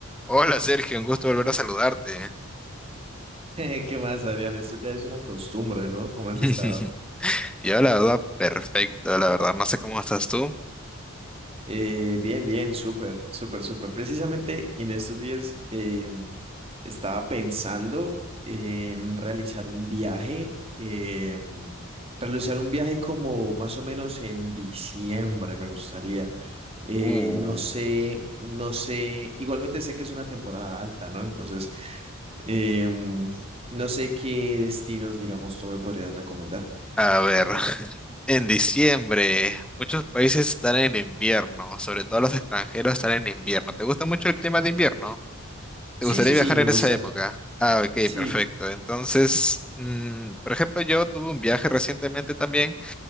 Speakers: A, in the centre; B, on the right (about 25°).
A: Hola Sergio, un gusto volver a saludarte.
B: <laughs> ¿Qué más, Adrián? Esto ya es una costumbre, ¿no? ¿Cómo has
A: <laughs>
B: estado?
A: Yo la verdad, perfecto, la verdad, no sé cómo estás tú.
B: Eh, bien, bien, súper, súper, súper. Precisamente en estos días eh, estaba pensando en realizar un viaje, eh, realizar un viaje como más o menos en diciembre, me gustaría. Eh,
A: Uh.
B: no sé, no sé, igualmente sé que es una temporada alta, ¿no? Entonces, em, no sé qué destinos, digamos, tú me podrías recomendar.
A: A ver, <laughs> en diciembre, muchos países están en invierno, sobre todo los extranjeros están en invierno. ¿Te gusta mucho el clima de invierno? ¿Te
B: Sí,
A: gustaría
B: sí,
A: viajar
B: sí, me
A: en
B: gusta.
A: esa época? Ah, ok,
B: Sí,
A: perfecto. Entonces, mm, por ejemplo, yo tuve un viaje recientemente también.